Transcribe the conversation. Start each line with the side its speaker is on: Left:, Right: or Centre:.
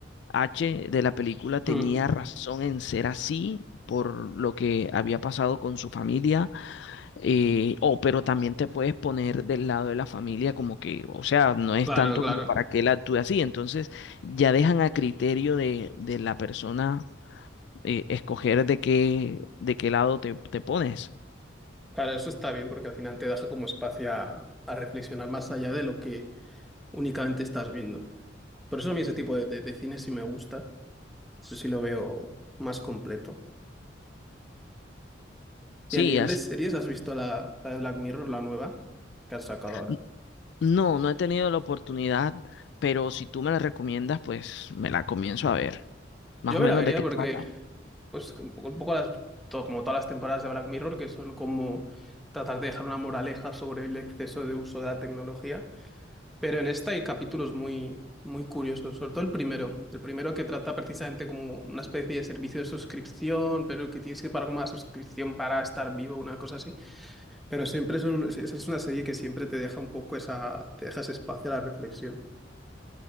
Left: H de la película tenía
Centre: mm,
Left: razón en ser así por lo que había pasado con su familia eh, o pero también te puedes poner del lado de la familia como que, o sea, no es
Centre: claro,
Left: tanto
Centre: claro.
Left: como para que él actúe así. Entonces ya dejan a criterio de, de la persona eh, escoger de qué, de qué lado te, te pones.
Centre: Claro, eso está bien porque al final te deja como espacio a, a reflexionar más allá de lo que únicamente estás viendo. Por eso a mí ese tipo de, de, de cine sí me gusta. Eso sí lo veo más completo.
Left: Sí,
Centre: Y a nivel
Left: así.
Centre: de series, ¿has visto la, la de Black Mirror, la nueva que han sacado ahora?
Left: N- No, no he tenido la oportunidad, pero si tú me la recomiendas, pues me la comienzo a ver. Más
Centre: Yo
Left: o
Centre: me
Left: menos
Centre: la vería
Left: de qué
Centre: porque
Left: trata.
Centre: pues un poco, un poco las, todo, como todas las temporadas de Black Mirror, que son como tratar de dejar una moraleja sobre el exceso de uso de la tecnología. Pero en esta hay capítulos muy, muy curiosos, sobre todo el primero. El primero que trata precisamente como una especie de servicio de suscripción, pero que tienes que pagar como una suscripción para estar vivo, una cosa así. Pero siempre son, es, es una serie que siempre te deja un poco esa, te deja ese espacio a la reflexión.